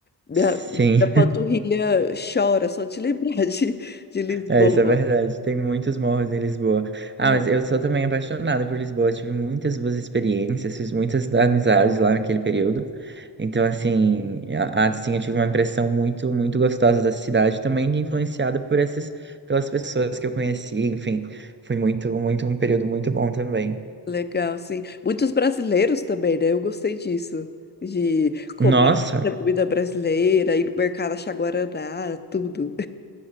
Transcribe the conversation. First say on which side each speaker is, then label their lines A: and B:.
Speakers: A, on the left; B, on the right.
A: minha,
B: Sim.
A: minha panturrilha chora só de <laughs> lembrar de, de Lisboa.
B: É, isso é verdade. Tem muitos morros em Lisboa. Ah,
A: Nossa.
B: mas eu sou também apaixonada por Lisboa. Tive muitas boas experiências, fiz muitas amizades lá naquele período. Então, assim, a- assim, eu tive uma impressão muito, muito gostosa da cidade, também influenciada por essas, pelas pessoas que eu conheci. Enfim, foi muito, muito um período muito bom também.
A: Legal, sim. Muitos brasileiros também, né? Eu gostei disso. De comer
B: Nossa,
A: a comida brasileira, ir no mercado achar guaraná, tudo.